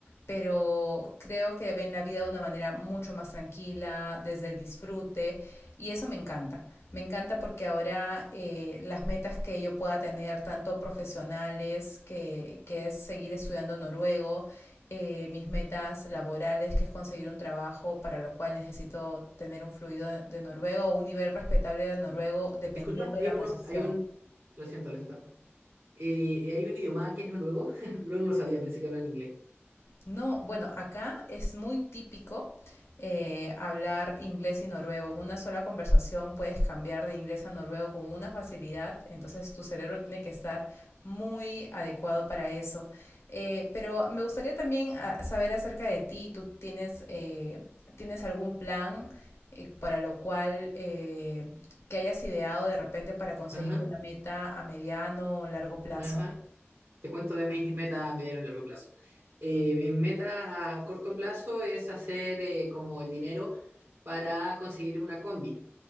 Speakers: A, on the left; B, on the right.
A: pero creo que ven la vida de una manera mucho más tranquila, desde el disfrute, y eso me encanta. Me encanta porque ahora eh, las metas que yo pueda tener, tanto profesionales, que, que es seguir estudiando noruego, eh, mis metas laborales, que es conseguir un trabajo para lo cual necesito tener un fluido de noruego o un nivel respetable de noruego, dependiendo
B: Disculpa,
A: de
B: hay
A: la
B: uno,
A: posición.
B: hay un, lo siento, lo siento. Eh, hay un idioma que es noruego, <laughs> no lo sabía, pensé que hablaban inglés.
A: No, bueno, acá es muy típico eh, hablar inglés y noruego. En una sola conversación puedes cambiar de inglés a noruego con una facilidad, entonces tu cerebro tiene que estar muy adecuado para eso. Eh, pero me gustaría también ah, saber acerca de ti. ¿Tú tienes, eh, tienes algún plan eh, para lo cual eh, que hayas ideado de repente para conseguir
B: Ajá,
A: una meta a mediano o largo plazo?
B: ajá. Te cuento de mis metas a mediano y largo plazo. Eh, mi meta a corto plazo es hacer eh, como el dinero para conseguir una combi.